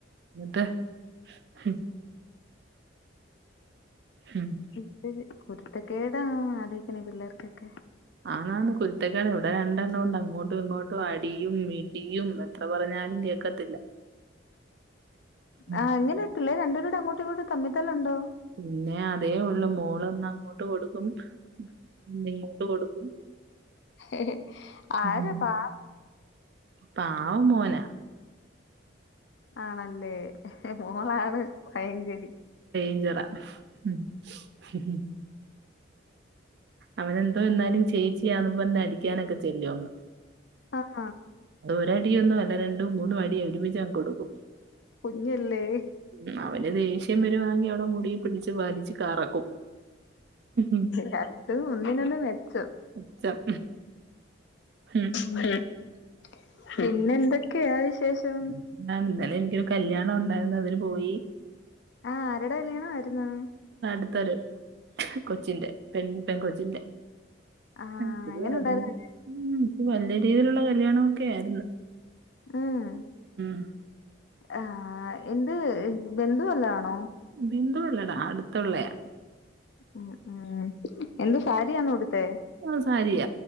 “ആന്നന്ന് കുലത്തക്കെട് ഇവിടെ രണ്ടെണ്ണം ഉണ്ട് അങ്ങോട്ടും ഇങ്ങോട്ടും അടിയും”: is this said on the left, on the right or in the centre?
Right